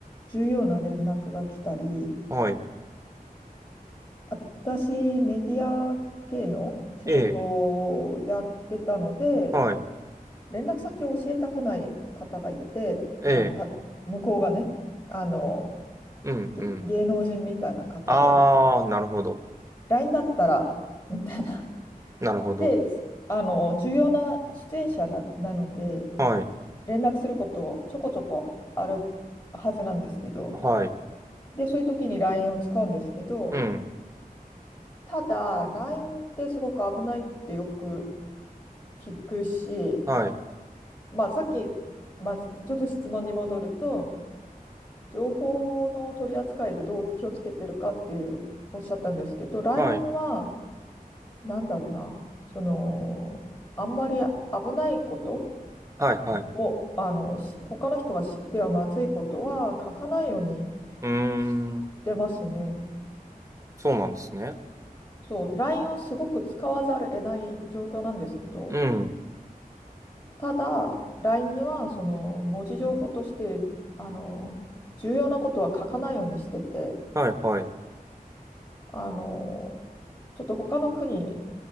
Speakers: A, on the left; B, on the right.
A: 重要な連絡が来たり、
B: はい。
A: 私、メディア系の仕事
B: ええ、
A: をやってたので、
B: はい。
A: 連絡先を教えたくない方がいて、
B: ええ、
A: あのた向こうがね、あの
B: うんうん。
A: げ芸能人みたいな方で、
B: あー、なるほど。
A: LINE だったらみたいな。
B: なるほど。
A: で、あの重要な出演者な、なので、
B: はい
A: 連絡することちょこちょこあるはずなんですけど、
B: はい。
A: で、そういう時に LINE を使うんですけど、
B: うん。
A: ただ、LINE ってすごく危ないってよく聞くし、
B: はい。
A: まあ、さっき、まあ、ちょっと質問に戻ると、情報の取り扱いでどう気をつけてるかっていうおっしゃったんですけど、LINE
B: はい。
A: には、なんだろうな、その、あんまり危ないこと
B: はい。はい。う
A: を、あの、し他の人が知ってはまずいことは書かないように
B: ーん。
A: してますね。
B: そうなんですね。
A: そう、LINE をすごく使わざるを得ない状況なんですけど、
B: うん。
A: ただ、LINE には、その、文字情報として、あの、重要なことは書かないようにしてて、
B: はい。はい。
A: あの、ちょっと他の国